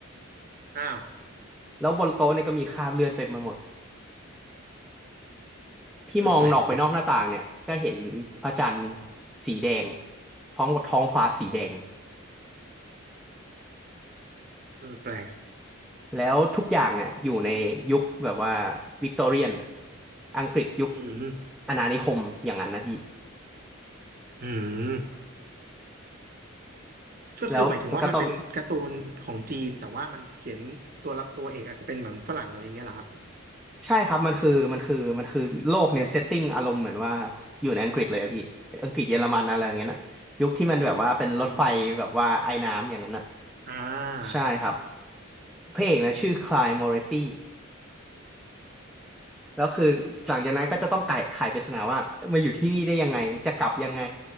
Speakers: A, on the right; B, in the centre.
A: อ้าว
B: แล้วบนโต๊ะเนี่ยก็มีคราบเลือดเต็มไปหมดพี่มองออกไปนอกหน้าต่างเนี่ยก็เห็นพระจันทร์
A: เออแปลกดิ
B: สีแดงพร้อมกับท้องฟ้าสีแดง
A: เออแปลก
B: แล้วทุกอย่างเนี่ยอยู่ในยุคแบบว่าวิกตอเรียนอังกฤษยุค
A: อืม
B: อาณานิคมอย่างนั้นนะพี่
A: อืม ก็คือหมายถึงว่ามันเป็นการ์ตูนของจีนแต่ว่ามันเขียนตัวละตัวเอกอาจจะเป็นเหมือนฝรั่งอะไรอย่างเงี้ยเหรอครับ
B: แล้วมันก็ต้อง ใช่ครับมันคือมันคือมันคือโลกเนี่ยเซตติ้งอารมณ์เหมือนว่าอยู่ในอังกฤษเลยอะพี่อังกฤษเยอรมันอะไรอย่างเงี้ยนะยุคที่มันแบบว่าเป็นรถไฟแบบว่าไอ้น้ำอย่างนั้นนะ
A: เจ๋งดีว่ะอ่า
B: ใช่ครับพระเอกนะชื่อคลายมอเรตตี้แล้วคือหลังจากนั้นก็จะต้องไขไขปริศนาว่ามาอยู่ที่นี่ได้ยังไงจะกลับยังไง